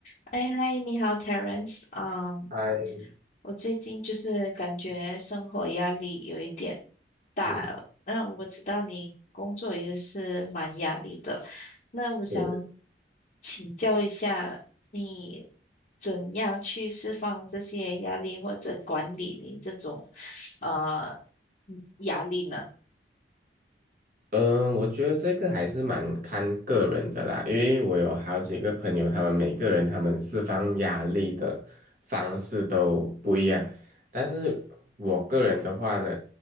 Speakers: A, on the left (about 45°); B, on the right (about 50°).
A: 哎，嗨，你好，Terence。嗯，
B: 哎，
A: 我最近就是感觉生活压力有一点大了那我知道你工作也是蛮压力的，
B: 嗯，
A: 那我想
B: 是，
A: 请教一下，你怎样去释放这些压力，或者管理你这种呃压力呢？
B: 嗯，我觉得这个还是蛮看个人的啦，因为我有好几个朋友，他们每个人他们释放压力的方式都不一样，但是我个人的话呢，